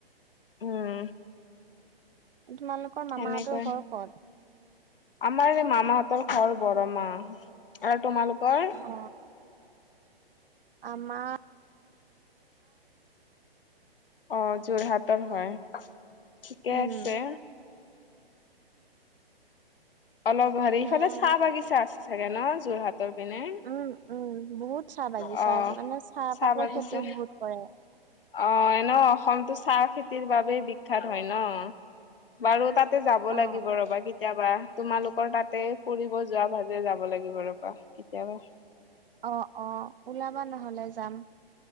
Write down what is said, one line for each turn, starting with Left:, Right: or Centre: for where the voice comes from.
Left: উম
Right: তোমালো কৰ
Left: সেনেকৈ
Right: মামাহঁতৰ ঘৰ কত?
Left: আমাৰ এই মামাহঁতৰ ঘৰ বৰমাহ আৰু তোমালোকৰ
Right: অ আমাৰ
Left: অ যোৰহাটৰ হয় ঠিকে
Right: উম
Left: আছে অলপ হেৰি
Right: সেয়াই
Left: ইফালে
Right: আৰু
Left: চাহ বাগিচা আছে চাগে ন যোৰহাট ৰ পিনে
Right: উম উম বহুত চাহ বাগিছা
Left: অহ
Right: আছে মানে চাহপাতৰ
Left: চাহ বাগিচা
Right: খেতি বহুত কৰে
Left: অ এনেও অসমতো চাহ খেতিৰ বাবে বিখ্যাত হয় ন বাৰু তাতে যাব
Right: অ
Left: লাগিব ৰবা কেতিয়াবা তোমালোকৰ তাতে ফুৰিব যোৱা ভাজে যাব লাগিব ৰবা কেতিয়াবা
Right: অ অ ওলাবা নহলে যাম